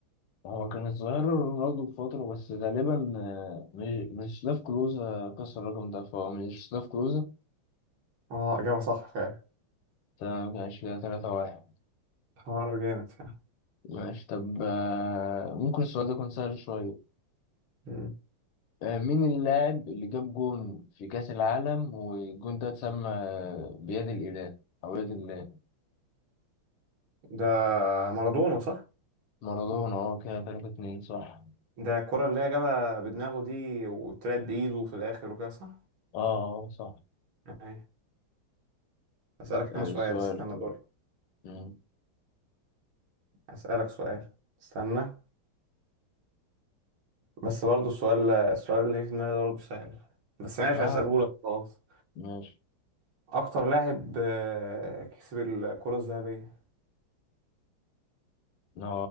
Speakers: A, on the left (about 80°); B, on the right (about 70°).
A: هو كان الظاهر رونالدو بفترة بس غالبا آه، مش مش سلاف كلوزا كسر الرقم ده فهو مش سلاف كلوزا
B: اه اجابة صح فعلا
A: تمام كان كده تلاتة واحد
B: حوار جامد فعلا
A: ماشي طب آه، ممكن السؤال ده يكون سهل شوية
B: مم.
A: آه، مين اللاعب اللي جاب جون في كأس العالم والجون ده اتسمى بيد الإله أو يد الله
B: ده مارادونا صح
A: مارادونا اه كده تلاتة اتنين صح
B: ده الكرة اللي هي جابها بدماغه دي وطلعت بإيده في الآخر وكده صح
A: اه آه، صح
B: أي. أسألك
A: آه،
B: أنا سؤال
A: سؤالك
B: استنى دوري
A: مم.
B: أسألك سؤال استنى بس برضه السؤال السؤال اللي في دماغي ده برضه سهل بس ماشي
A: اه
B: هسأله
A: لا
B: لك خلاص
A: ماشي
B: أكتر لاعب آه، كسب الكرة الذهبية
A: أنا